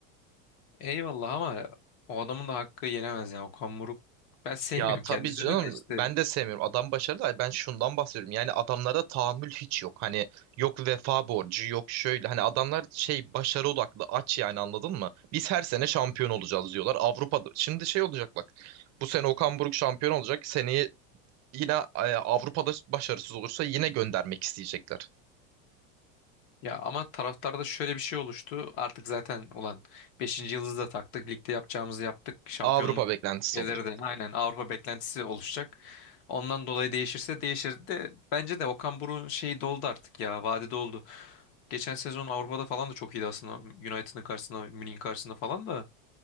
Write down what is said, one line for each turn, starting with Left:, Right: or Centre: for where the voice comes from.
Left: eyvallah ama o adamın da hakkı yenemez ya. Okan Buruk ben <laughs> sevmiyorum
Right: Ya
Left: kendisini
Right: tabii canım
Left: de işte.
Right: ben de sevmiyorum. Adam başarılı. Ay Ben şundan bahsediyorum. Yani adamlara tahammül hiç yok. Hani yok vefa borcu, yok şöyle. Hani adamlar şey başarı odaklı, aç yani anladın mı? Biz her sene şampiyon olacağız diyorlar. Avrupa'da. Şimdi şey olacak bak. Bu sene Okan Buruk şampiyon olacak. Seneye yine e, Avrupa'da başarısız olursa yine göndermek isteyecekler.
Left: Ya ama taraftarda şöyle bir şey oluştu. Artık zaten olan beşinci yıldızı da taktık. Ligde yapacağımızı yaptık. Şampiyonluk
Right: Avrupa beklentisi
Left: gelir
Right: olacak.
Left: de aynen Avrupa beklentisi oluşacak. Ondan dolayı değişirse değişir de bence de Okan Buruk'un şeyi doldu artık ya. Vadi doldu. Geçen sezon Avrupa'da falan da çok iyiydi aslında. United'ın karşısında, Münih'in karşısında falan da